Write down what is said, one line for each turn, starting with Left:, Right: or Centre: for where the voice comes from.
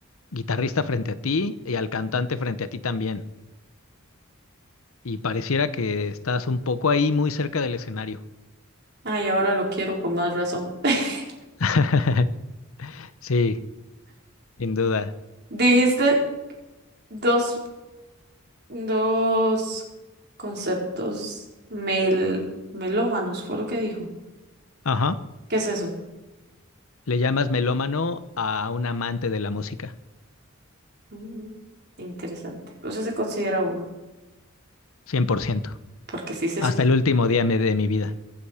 Left: guitarrista frente a ti y al cantante frente a ti también. Y pareciera que estás un poco ahí muy cerca del escenario.
Right: Ay, ahora lo quiero con más razón. <laughs>
Left: <laughs> Sí, sin duda.
Right: Dijiste dos, dos conceptos mel, melómanos, fue lo que dijo.
Left: Ajá.
Right: ¿Qué es eso?
Left: Le llamas melómano a un amante de la música,
Right: Mm, interesante. Eso se considera uno,
Left: cien por ciento
Right: porque sí se
Left: Hasta
Right: escucha.
Left: el último día me- de mi vida.